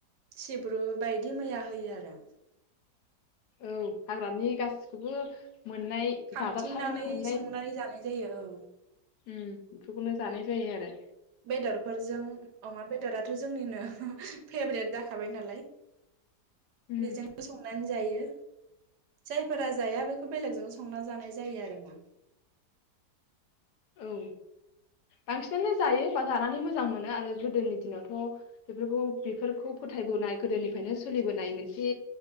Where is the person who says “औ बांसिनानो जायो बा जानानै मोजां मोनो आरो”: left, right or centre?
Left